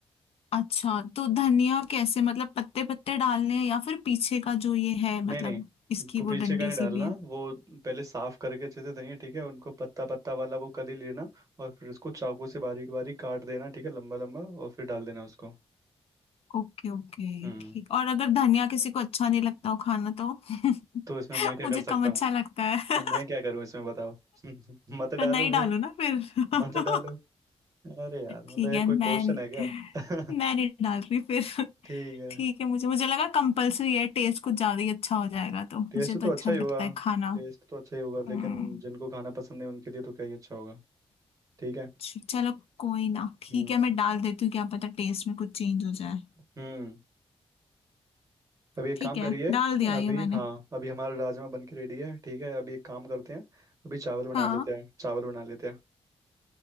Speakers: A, on the left; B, on the right.
A: अच्छा तो धनिया कैसे मतलब पत्ते पत्ते डालने हैं या फिर पीछे का जो ये है
B: नहीं
A: मतलब
B: नहीं
A: इसकी
B: पु-
A: वो
B: पीछे
A: डंडी
B: का नहीं डालना
A: सी भी है
B: वो पहले साफ करके अच्छे से धनिया ठीक है उनको पत्ता पत्ता वाला वो कली लेना और फिर उसको चाकू से बारीक बारीक काट देना ठीक है लंबा लंबा और फिर डाल देना उसको
A: ओके ओके
B: हम्म
A: ठीक और अगर धनिया किसी को अच्छा नहीं लगता हो खाना तो <laughs>
B: तो इसमें मैं क्या
A: मुझे
B: कर सकता
A: कम अच्छा
B: हूँ
A: लगता है
B: तो मैं क्या करूँ इसमें बताओ <laughs> मत
A: तो
B: डालो
A: नहीं
B: फिर
A: डालो ना फिर <laughs>
B: मत डालो अरे यार मतलब
A: ठीक
B: ये
A: है
B: कोई
A: मैं
B: क्वेश्चन
A: नहीं-
B: है क्या <laughs>
A: मैं नहीं डाल रही फिर
B: ठीक है
A: ठीक है मुझे मुझे लगा कंपलसरी है टेस्ट कुछ ज्यादा ही अच्छा हो जाएगा तो मुझे
B: टेस्ट
A: तो
B: तो
A: अच्छा
B: अच्छा
A: नहीं
B: ही होगा
A: लगता है खाना
B: टेस्ट तो अच्छा ही होगा लेकिन
A: हम्म
B: जिनको खाना पसंद है उनके लिए तो क्या ही अच्छा होगा ठीक है
A: च- चलो कोई ना ठीक
B: हम्म
A: है मैं डाल देती हूँ क्या पता टेस्ट में कुछ चेंज हो जाए
B: हम्म अभी एक
A: ठीक
B: काम
A: है
B: करिए
A: डाल दिया
B: अभी
A: ये मैंने
B: हाँ अभी हमारा राजमा बन के रेडी है ठीक है अभी एक काम करते हैं अभी चावल बना
A: हाँ
B: लेते हैं चावल बना लेते हैं